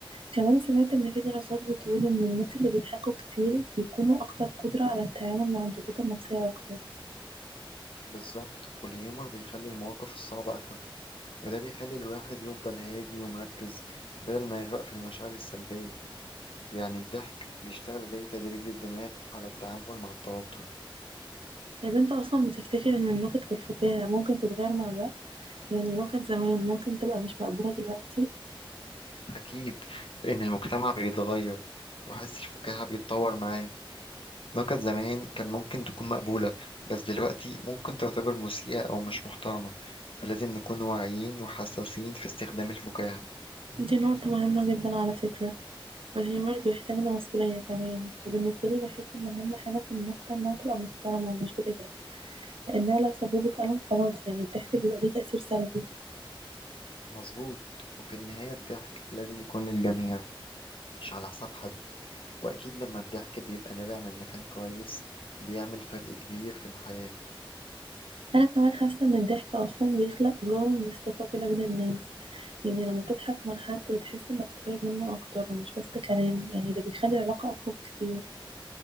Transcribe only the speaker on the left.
بالظبط والهيومر بيخلي المواقف الصعبة أخف وده بيخلي الواحد يفضل هادي ومركز بدل ما يغرق في المشاعر السلبية يعني الضحك بيشتغل زي تدريب للدماغ على التعامل مع التوتر
أكيد لأن المجتمع بيتغير وحس الفكاهة بيتطور معاه نكت زمان كان ممكن تكون مقبولة بس دلوقتي ممكن تعتبر مسيئة أو مش محترمة فلازم نكون واعيين وحساسين في استخدام الفكاهة
مظبوط وفي النهاية الضحك لازم يكون للجميع مش على حساب حد وأكيد لما الضحك بيبقى نابع من مكان كويس بيعمل فرق كبير في الحياة